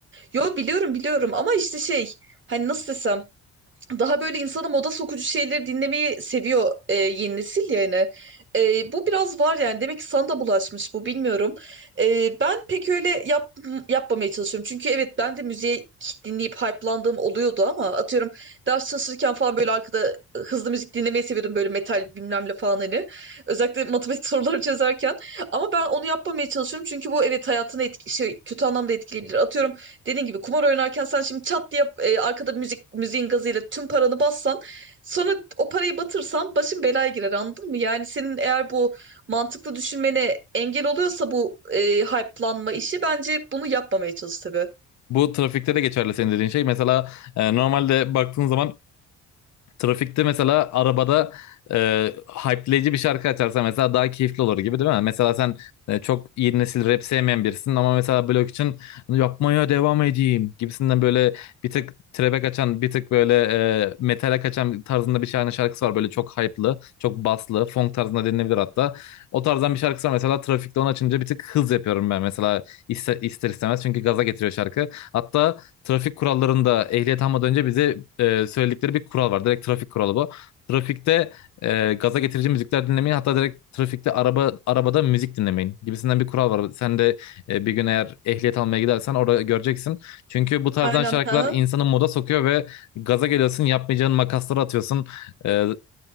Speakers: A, on the right; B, on the left.
A: Yo biliyorum biliyorum ama işte şey hani nasıl desem daha böyle insana moda sokucu şeyleri dinlemeyi seviyor e, yeni nesil yani. E, bu biraz var yani. Demek ki sana da bulaşmış bu bilmiyorum. E, ben pek öyle yap, yapmamaya çalışıyorum. Çünkü evet ben de müziği dinleyip hype'landığım oluyordu ama atıyorum ders çalışırken falan böyle arkada hızlı müzik dinlemeyi seviyordum böyle metal bilmem ne falan hani. Özellikle matematik <laughs> soruları çözerken. Ama ben onu yapmamaya çalışıyorum çünkü bu evet hayatını etki, şey, kötü anlamda etkileyebilir. Atıyorum Dediğin gibi kumar oynarken sen şimdi çat diye e, arkada müzik müziğin gazıyla tüm paranı bassan sonra o parayı batırsan başın belaya girer anladın mı? Yani senin eğer bu mantıklı düşünmene engel oluyorsa bu e, hype'lanma işi bence bunu yapmamaya çalış tabii.
B: Bu trafikte de geçerli senin dediğin şey. Mesela e, normalde baktığın zaman Trafikte mesela arabada e, hype'leyici bir şarkı açarsa mesela daha keyifli olur gibi değil mi? Mesela sen e, çok yeni nesil rap sevmeyen birisin ama mesela blok için yapmaya devam edeyim gibisinden böyle bir tık trap'e kaçan bir tık böyle e, metale kaçan tarzında bir tane şarkısı var. Böyle çok hype'lı, çok baslı, funk tarzında dinlenebilir hatta. O tarzdan bir şarkısı var mesela trafikte onu açınca bir tık hız yapıyorum ben mesela iste- ister istemez çünkü gaza getiriyor şarkı. Hatta trafik kurallarında ehliyet almadan önce bize e, söyledikleri bir kural var. Direkt trafik kuralı bu. Trafikte e, gaza getirici müzikler dinlemeyin. Hatta direkt trafikte araba arabada müzik dinlemeyin gibisinden bir kural var. Sen de e, bir gün eğer ehliyet almaya gidersen orada göreceksin. Çünkü bu tarzdan
A: Aynen
B: şarkılar
A: ha.
B: insanı moda sokuyor ve gaza geliyorsun, yapmayacağın makasları atıyorsun. E,